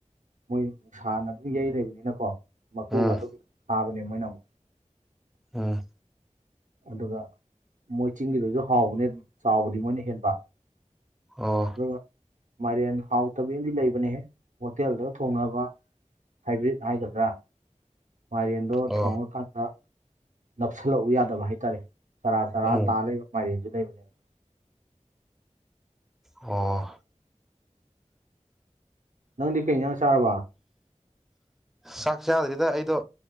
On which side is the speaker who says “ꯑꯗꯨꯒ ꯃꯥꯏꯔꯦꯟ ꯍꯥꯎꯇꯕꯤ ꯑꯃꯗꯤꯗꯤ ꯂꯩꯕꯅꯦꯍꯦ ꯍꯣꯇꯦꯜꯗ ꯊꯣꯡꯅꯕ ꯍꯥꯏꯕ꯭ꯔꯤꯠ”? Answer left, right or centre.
Right